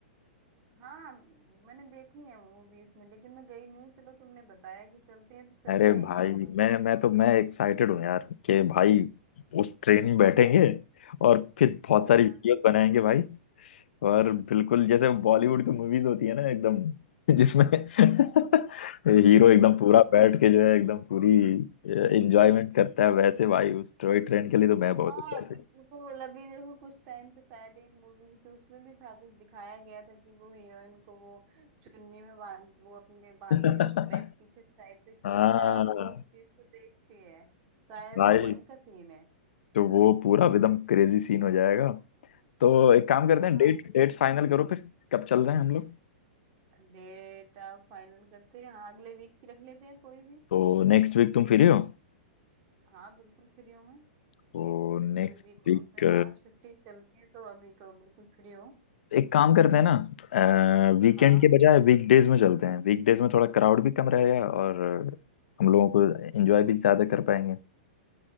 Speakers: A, on the right (about 40°); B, on the left (about 70°).
A: हाँ मैंने देखी है मूवीज में लेकिन मैं गई नहीं हूँ चलो तुमने बताया कि चलते हैं तो चलते
B: अरे
A: हैं
B: भाई
A: यहाँ पर
B: मैं मैं तो मैं एक्साइटेड हूँ यार कि भाई उस ट्रेन में बैठेंगे और फिर बहुत
A: हाँ
B: सारी वीडियोस
A: हाँ
B: बनाएंगे भाई और बिल्कुल जैसे बॉलीवुड की मूवीज होती है ना एकदम जिसमें <laughs> हीरो एकदम पूरा बैठ के जो है एकदम पूरी एंजॉयमेंट करता है वैसे भाई उस टॉय ट्रेन के लिए तो मैं
A: हाँ
B: बहुत एक्साइटेड
A: बिल्कुल अभी देखो कुछ टाइम पे शायद एक मूवी भी थी उसमें भी था कुछ दिखाया गया था कि वो हीरोइन को वो चुन्नी में बांध वो अपने बांधती
B: हूँ। <laughs>
A: है और वो बैग पीछे साइड से खींचता
B: हाँ
A: है और वो उस चीज को देखती है शायद
B: भाई
A: वो वही का सीन है
B: तो वो पूरा एकदम क्रेजी सीन हो जाएगा तो एक काम
A: हाँ
B: करते हैं डेट
A: हाँ बिल्कुल
B: डेट फाइनल करो फिर कब चल रहे हैं हम लोग
A: डेट आप फाइनल करते हैं हाँ अगले वीक की रख लेते हैं कोई भी
B: तो नेक्स्ट वीक तुम फ्री हो
A: हाँ बिल्कुल फ्री हूँ मैं
B: तो नेक्स्ट
A: अभी वीक ऑफ
B: वीक
A: है हाँ छुट्टी चल रही है तो अभी तो बिल्कुल फ्री हूँ
B: एक काम करते हैं ना वीकेंड
A: हाँ
B: के बजाय वीकडेज में चलते हैं वीकडेज में थोड़ा क्राउड भी कम रहेगा और हम लोगों को एंजॉय भी ज्यादा कर पाएंगे